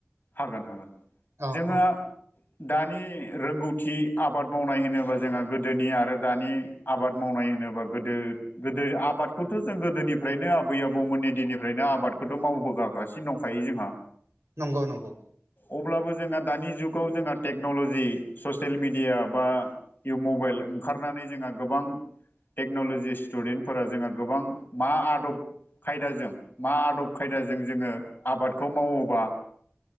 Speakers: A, on the left; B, on the right.
A: हागोन, हागोन।
B: अ
A: जोङो
B: अ
A: दानि रोंगौथि आबाद मावनाय होनोबा जोंहा गोदोनि आरो दानि आबाद माव नाय होनोबा गोदो गोदो आबादखौथ' जों गोदोनिफ्रायनो आबै-आबौमोननि दिननिफ्रायनो आबादखौ मावबोगागासिनो दंखायो जोंहा।
B: नंगौ, नंगौ।
A: अब्लाबो जोंहा दानि जुगाव जोंहा टेक्न'लजि ससेल मिडिया बा इ मबेल ओंखारनानै जोंहा गोबां टेक्न'ल'जि स्टुडेन्टफोरा जोंहा गोबां मा आदब खायदाजों मा आदब खायदाजों जोङो आबादखौ मावोबा